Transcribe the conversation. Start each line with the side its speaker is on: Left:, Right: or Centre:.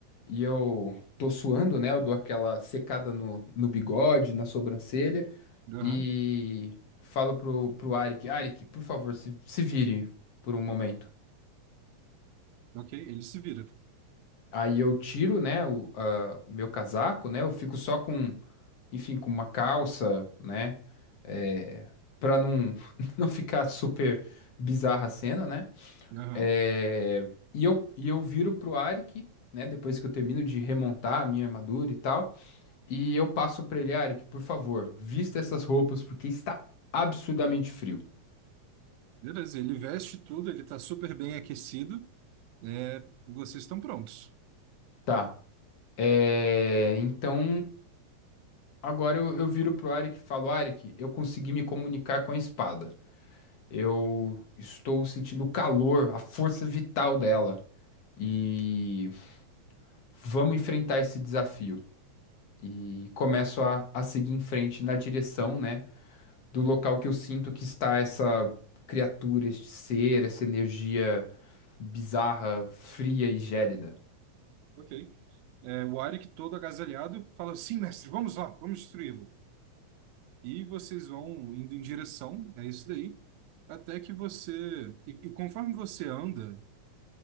Left: e eu tô suando, né? Eu dou aquela secada no, no bigode, na sobrancelha
Right: Aham,
Left: e falo pro, pro Arik, Arik, por favor, se, se vire por um momento.
Right: ok, ele se vira.
Left: Aí eu tiro, né, o, a- o meu casaco, né? Eu fico só com, enfim, com uma calça, né? É, para não, <laughs> não ficar super bizarra a cena, né?
Right: Aham,
Left: É, e eu, e eu viro pro Arik, né? Depois que eu termino de remontar a minha armadura e tal. E eu passo pra ele, Arik, por favor, vista essas roupas porque está absurdamente frio.
Right: beleza, ele veste tudo, ele tá super bem aquecido. É, vocês estão prontos.
Left: Tá. É, então agora eu, eu viro pro Arik e falo, Arik, eu consegui me comunicar com a espada. Eu estou sentindo o calor, a força vital dela. E vamos enfrentar esse desafio. E começo a, a seguir em frente na direção, né, do local que eu sinto que está essa criatura, este ser, essa energia bizarra, fria e gélida.
Right: Ok. É, o Arik, todo agasalhado, fala: Sim, mestre, vamos lá, vamos destruí-lo. E vocês vão indo em direção, é isso daí, até que você. E, e conforme você anda,